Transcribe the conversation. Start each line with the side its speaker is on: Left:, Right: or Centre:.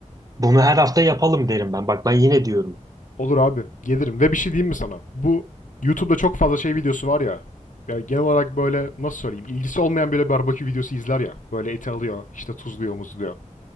Right: bunu her hafta yapalım derim ben. Bak ben yine diyorum.
Left: Olur abi. Gelirim. Ve bir şey diyeyim mi sana? Bu YouTube'da çok fazla şey videosu var ya. Yani genel olarak böyle nasıl söyleyeyim? ilgisi olmayan böyle barbekü videosu izler ya. Böyle eti alıyor, işte tuzluyor, muzluyor.